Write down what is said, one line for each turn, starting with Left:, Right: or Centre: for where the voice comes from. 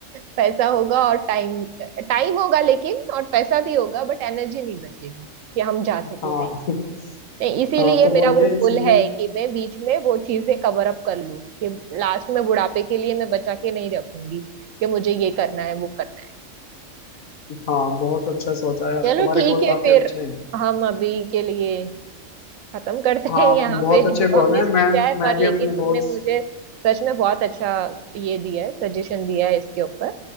Right: पैसा होगा और टाइम टाइम होगा लेकिन और पैसा भी होगा बट एनर्जी नहीं बचेगी कि हम जा सके
Left: हाँ
Right: कहीं
Left: <laughs>
Right: पे नहीं इसीलिए
Left: हाँ तो
Right: मेरा
Left: वो
Right: वो
Left: ये इसलिए
Right: गोल है
Left: <laughs>
Right: कि मैं बीच में वो चीजें कवर अप कर लूं कि लास्ट में बुढ़ापे के लिए मैं बचा के नहीं रखूंगी कि मुझे ये करना है वो करना है
Left: हाँ बहुत अच्छा सोचा यार
Right: चलो
Left: तुम्हारे
Right: ठीक
Left: गोल
Right: है
Left: काफी
Right: फिर
Left: अच्छे हैं
Right: हम अभी के लिए खत्म करते
Left: हाँ
Right: हैं यहाँ
Left: बहुत
Right: पे <laughs>
Left: अच्छे
Right: जो
Left: गोल
Right: हमने
Left: हैं
Right: सोचा
Left: मैं
Right: है
Left: मैं
Right: पर
Left: भी
Right: लेकिन
Left: अपने
Right: तुमने
Left: गोल्स
Right: मुझे सच में बहुत अच्छा ये दिया है सजेशन दिया है इसके ऊपर